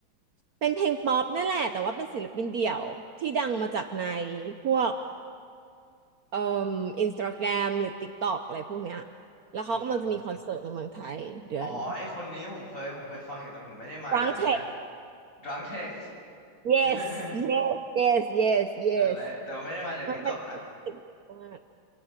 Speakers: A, on the right; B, on the left.
A: เป็นเพลงป๊อปนั่นแหละแต่ว่าเป็นศิลปินเดี่ยวที่ดังมาจากในพวก เอ่ออินสตาแกรมหรือ TikTok อะไรพวกเนี้ยแล้วเขากำลังจะมีคอนเสิร์ตในเมืองไทยเดือน
B: อืมอ๋อไอคนนี้ผมเคยผมเคยฟังอยู่แต่ผมไม่ได้มาจากอันนี้นะ
A: รังเทค
B: Drunk Text
A: yes
B: <laughs>
A: yes yes yes yes
B: นั่นแหละแต่ว่าไม่ได้มาจาก TikTok
A: มันเป็นคอนเสิร์ตมาก
B: นะ